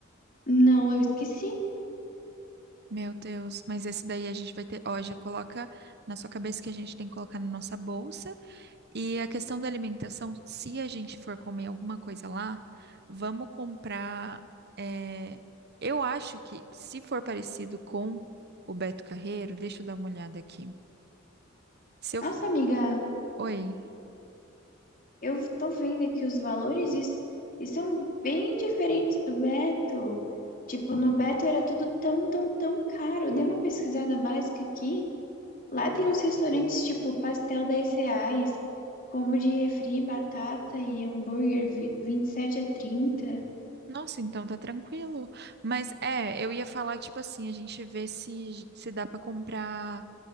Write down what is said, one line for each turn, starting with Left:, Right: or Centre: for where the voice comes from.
Left: Não, eu esqueci.
Right: Meu Deus, mas esse daí a gente vai ter, ó, já coloca na sua cabeça que a gente tem que colocar na nossa bolsa. E a questão da alimentação, se a gente for comer alguma coisa lá, vamos comprar. é, Eu acho que se for parecido com o Beto Carreiro, deixa eu dar uma olhada aqui. Se eu...
Left: Nossa,
Right: f-
Left: amiga,
Right: Oi.
Left: eu tô vendo aqui os valores e, s- e são bem diferentes do Beto. Tipo, no Beto era tudo tão, tão, tão caro. Eu dei uma pesquisada básica aqui. Lá tem uns restaurantes tipo pastel 10 reais, combo de refri, batata e hambúrguer vi- vinte e sete a trinta
Right: Nossa, então tá tranquilo. Mas é, eu ia falar, tipo assim, a gente vê se, se dá pra comprar